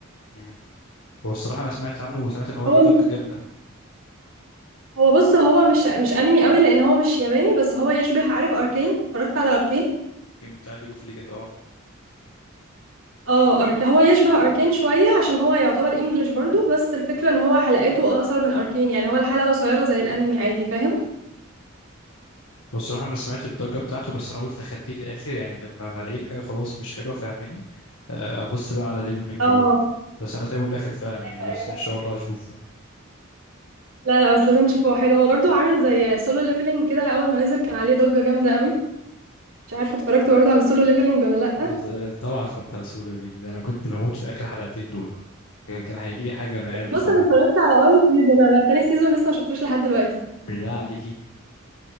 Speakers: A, on the left (about 80°); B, on the right (about 70°).
A: م. هو الصراحه انا سمعت عنه وسمعت ان هو
B: هو
A: ليه ضجه جامده
B: هو بص هو مش مش انمي قوي لان هو مش ياباني بس هو يشبه عارف اركين اتفرجت على اركين
A: الجيم بتاع ليج اوف ليجند اه
B: اه أرك... هو يشبه اركين شويه عشان هو يعتبر انجليش برضو بس الفكره ان هو حلقاته اقصر من اركين يعني هو الحلقه قصيره زي الانمي عادي فاهم
A: هو الصراحة أنا سمعت الضجة بتاعته بس أنا قلت أخليه للآخر يعني لما ما ألاقي الحاجة خلاص مش حلوة فاهماني آه، أبص بقى على ديفل ماي كراي
B: اه
A: بس أنا سايبه للآخر فعلا
B: ايوه
A: يعني بس
B: ايوه
A: إن شاء الله أشوف
B: لا لا بس لازم تشوفه هو حلو هو برضو عامل زي سولو ليفلينج كده اول ما نزل كان عليه ضجه جامده قوي مش عارفه اتفرجت برضو على سولو ليفلينج ولا لا
A: آه، طبعا اتفرجت على سول ليفينج ده أنا كنت بموت في آخر حلقتين دول كان كان هيجيلي حاجة وأنا قاعد بتفرج
B: بص انا اتفرجت على اول سيزون انا تاني سيزون لسه ما شفتوش لحد دلوقتي
A: بالله عليكي